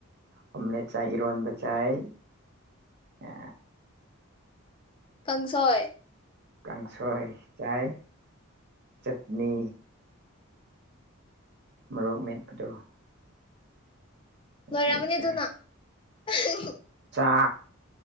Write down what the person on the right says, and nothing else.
ꯑꯣꯝꯂꯦꯠ ꯆꯥꯏ ꯏꯔꯣꯟꯕ ꯆꯥꯏ ꯑ
ꯀꯥꯡꯁꯣꯏ ꯆꯥꯏ ꯆꯠꯅꯤ ꯃꯣꯔꯣꯛ ꯃꯦꯠꯄꯗꯣ
ꯑꯗꯨ ꯆꯥꯏ
ꯆꯥꯛ